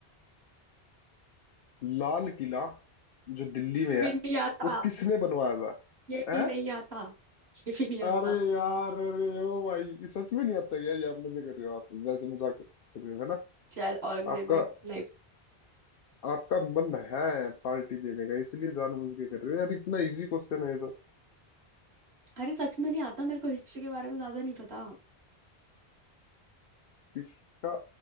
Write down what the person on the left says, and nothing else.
Lal Qila जो दिल्ली में
है
वो किसने बनवाया था
हैं?
अरे
यार अरे ओ भाई ये सच में नहीं आता यार ये आप मजे कर रहे हो आप वैसे मजाक कर रहे हो है ना
आपका
आपका मन है पार्टी देने का इसलिए जानबूझ के कर रहे हो यार इतना इजी क्वेश्चन है
इसका